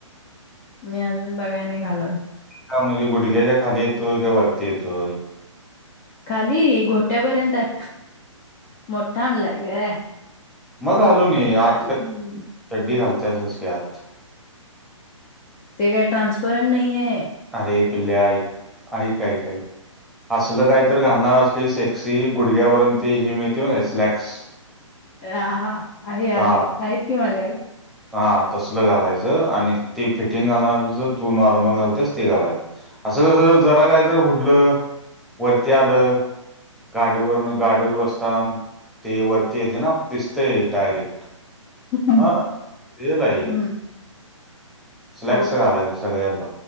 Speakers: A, on the left; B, in the centre.
A: मी अजून, बघाय नाही घालून.
B: हा म्हणजे, गुडघ्याच्या खाली येतोय का? वरती येतोय.
A: खाली घोट्या पर्यंताय. मोठा आणलाय गं.
B: मग घालूून ये. आत
A: बाई!
B: काय चड्डी घालतेसच की, आत.
A: ते काय ट्रान्सपरंट नाही आहे.
B: अरे पिल्ल्या आइक ऐक ऐक ऐक. असल काही तर घालणार असली सेक्सी गुडघ्यापर्यंत हे मिळते माहिती स्लॅक्स
A: ह हा आहे आहे
B: हा
A: आहेत की माझ्याकडे.
B: हा तसलं घालायचं आणि ते फिटिंग घालनार असलीस तर तू नॉर्मल घालतेस ते घालाय असं कस जरा कायत उडलं वरती आलं गाडीवरन गाडीवर बसता ते वरती येते ना दिसतय डायरेक्ट
A: हं.
B: हा रियल आहे.
A: हं.
B: स्लॅक्स
A: हो,
B: घालायच सगळ्यात भा